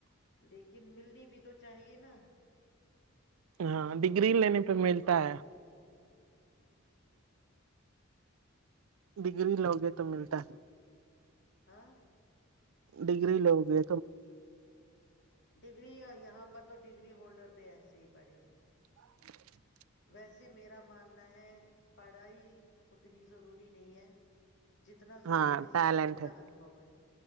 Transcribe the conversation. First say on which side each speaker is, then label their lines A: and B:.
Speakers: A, on the left; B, on the right.
A: لیکن ملنی بھی تو چاہیے نا
B: ہاں ڈگری
A: جب
B: لینے پہ ملتا ہے
A: ہ
B: ڈگری لوگے تو ملتا ہے
A: ہاں
B: ڈگری لو گے
A: ڈگری یہاں پر تو ڈگری ہولڈر ایسے ہی پڑے ہیں
B: عرر
A: ویسے میرا ماننا ہے پڑھائی اتنی ضروری نہیں ہے جتنا
B: ہاں
A: ضروری
B: ٹیلنٹ
A: زندگی کا
B: ہے
A: انبو ہے